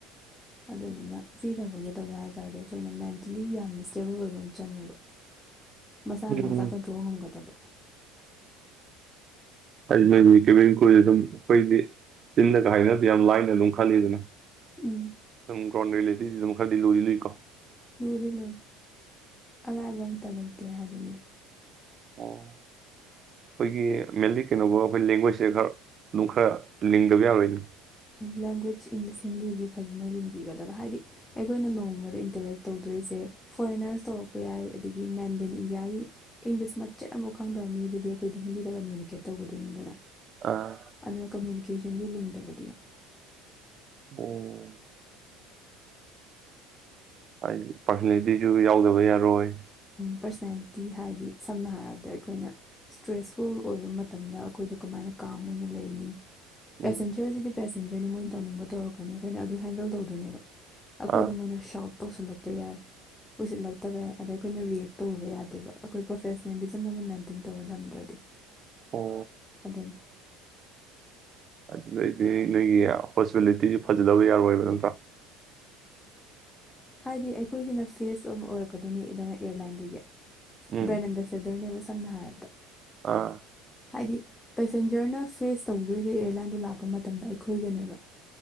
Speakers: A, on the left; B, on the right.
A: ꯑꯗꯨꯗꯨꯅ ꯁꯤ ꯇꯧꯒꯦ ꯇꯧꯒꯦ ꯍꯥꯏ ꯇꯥꯔꯗꯤ ꯑꯩꯈꯣꯏꯅ ꯃꯦꯟꯇꯦꯜꯂꯤ ꯌꯥꯝꯅ ꯏꯁꯇꯦꯕꯜ ꯑꯣꯏꯕ ꯑꯃ ꯆꯪꯉꯦꯕ ꯃꯁꯥꯅ
B: ꯎꯝ
A: ꯃꯆꯥ ꯀꯟꯇ꯭ꯔꯣ ꯉꯝꯒꯗꯕ
B: ꯍꯥꯏꯗꯤ ꯃꯣꯏꯗꯤ ꯀꯦꯕꯤ ꯀꯨꯁꯦ ꯑꯗꯨꯝ ꯑꯩꯈꯣꯏꯗꯤ ꯆꯤꯟꯗꯒ ꯍꯥꯏꯅꯕꯗꯤ ꯌꯥꯝ ꯂꯥꯏꯅ ꯑꯗꯨꯝ ꯈꯜꯂꯤꯗꯅ ꯍꯃ
A: ꯎꯝ
B: <unintelligible> ꯁꯤ ꯑꯗꯨꯝ ꯈꯔꯗꯤ ꯂꯨꯗꯤ ꯂꯨ ꯀꯣ
A: ꯂꯨꯗꯤ ꯂꯨꯏ ꯑꯔꯥꯏꯕ ꯑꯝꯇ ꯂꯩꯇꯦ ꯍꯥꯏꯗꯨꯅꯤꯗ
B: ꯑꯣ ꯑꯩꯈꯣꯏꯒꯤ ꯃꯦꯟꯂꯤ ꯀꯩꯅꯣꯒ ꯑꯩꯈꯣꯏ ꯂꯦꯡꯒ꯭ꯋꯦꯖꯁꯦ ꯈꯔ ꯑꯗꯨꯝ ꯈꯔ ꯂꯤꯡꯗꯕ ꯌꯥꯔꯣꯏꯅꯦ
A: ꯂꯦꯡꯒ꯭ꯋꯦꯖ ꯏꯪꯂꯤꯁ ꯍꯤꯟꯗꯤꯗꯤ ꯐꯖꯅ ꯂꯤꯡꯕꯤꯒꯗꯕ ꯍꯥꯏꯗꯤ ꯑꯩꯈꯣꯏꯅ ꯅꯣꯡꯃꯗ ꯏꯟꯇꯔꯦꯛ ꯇꯧꯗꯣꯏꯁꯦ ꯐꯣꯔꯦꯟꯅꯔꯁ ꯇꯧꯔꯛꯄ ꯌꯥꯏ ꯑꯗꯒꯤ ꯃꯦꯟꯂꯦꯟ ꯏꯟꯗꯤꯌꯥꯒꯤ ꯏꯪꯂꯤꯁ ꯃꯆꯦꯠ ꯑꯃꯐꯥꯎ ꯈꯪꯗꯕ ꯃꯤꯗꯨꯗꯤ ꯑꯩꯈꯣꯏꯗꯤ ꯍꯤꯟꯗꯤꯗ ꯀꯝꯃꯨꯅꯤꯀꯦꯠ ꯇꯧꯒꯗꯣꯏꯅꯤꯗꯅ
B: ꯑꯥ
A: ꯑꯗꯨꯅꯥ ꯀꯃꯨꯅꯤ <unintelligible> ꯀꯦꯁꯟꯗꯤ ꯂꯤꯡꯗꯕ
B: ꯑꯣ ꯍꯥꯏ ꯄꯥꯔꯁꯣꯅꯦꯂꯤꯇꯤꯁꯨ ꯌꯥꯎꯗꯕ ꯌꯥꯔꯣꯏ
A: ꯄꯔꯁꯅꯦꯜꯂꯤꯇꯤ ꯍꯥꯏꯗꯤ ꯁꯝꯅ ꯍꯥꯏꯔꯕꯗ ꯑꯩꯈꯣꯏꯅ ꯏꯁꯇ꯭ꯔꯦꯁꯐꯨꯜ ꯑꯣꯏꯕ ꯃꯇꯝꯗ ꯑꯩꯈꯣꯏꯗꯣ ꯀꯃꯥꯏꯅ ꯀꯥꯝ ꯑꯣꯏꯅ ꯂꯩꯅꯤ ꯄꯦꯁꯦꯟꯖꯖꯤꯗꯤ
B: ꯎꯝ
A: ꯄꯦꯁꯦꯟꯖꯔꯅꯦ ꯃꯣꯏꯅ ꯇꯧꯅꯤꯡꯕ ꯇꯧꯔꯛꯀꯅꯤ ꯑꯈꯣꯏꯅ ꯑꯗꯨ ꯍꯦꯟꯗꯜ ꯇꯧꯗꯣꯏꯅꯦꯕ꯫ ꯑꯩꯈꯣꯏꯗ
B: ꯑꯥ
A: ꯃꯣꯏꯅ ꯁꯥꯎ ꯇꯧꯁꯜꯂꯛꯄ ꯌꯥꯏ ꯎꯁꯤꯜꯂꯛꯇꯕ ꯌꯥꯏ ꯑꯗ ꯑꯩꯈꯣꯏꯅ ꯔꯤꯌꯦꯛ ꯇꯧꯔꯨꯕ ꯌꯥꯗꯦꯕ ꯑꯩꯈꯣꯏ ꯄ꯭ꯔꯣꯐꯦꯁꯅꯦꯂꯤꯖꯝ ꯑꯃ ꯃꯦꯟꯇꯦꯟ ꯇꯧꯔ ꯊꯝꯗ꯭ꯔꯗꯤ
B: ꯑꯣ
A: ꯑꯗꯨꯅꯤ
B: ꯑꯗꯨꯗꯩꯗꯤ ꯅꯣꯏꯒꯤ ꯍꯣꯁꯄꯤꯇꯦꯂꯤꯇꯤꯁꯨ ꯐꯖꯗꯕ ꯌꯥꯔꯣꯏꯕ ꯅꯠꯇ꯭ꯔꯥ
A: ꯍꯥꯏꯗꯤ ꯑꯩꯈꯣꯏꯁꯤꯅ ꯐꯦꯁ ꯑꯃ ꯑꯣꯏꯔꯛꯀꯗꯣꯏꯅꯤ ꯏꯗꯅ ꯑꯦꯌꯥꯔꯂꯥꯏꯟꯗꯨꯒꯤ
B: ꯎꯝ
A: ꯕ꯭ꯔꯦꯟ ꯑꯦꯝꯕꯦꯁꯦꯗꯔꯅꯦꯕ ꯁꯝꯅ ꯍꯥꯏꯔꯕꯗ
B: ꯑꯥ
A: ꯍꯥꯏꯗꯤ ꯄꯦꯁꯦꯟꯖꯔꯅ ꯐꯦꯁ ꯇꯧꯗꯣꯏꯁꯦ ꯑꯦꯌꯥꯔꯂꯥꯏꯟꯗꯣ ꯂꯥꯛꯄ ꯃꯇꯝꯗ ꯑꯩꯈꯣꯏꯒꯅꯦꯕ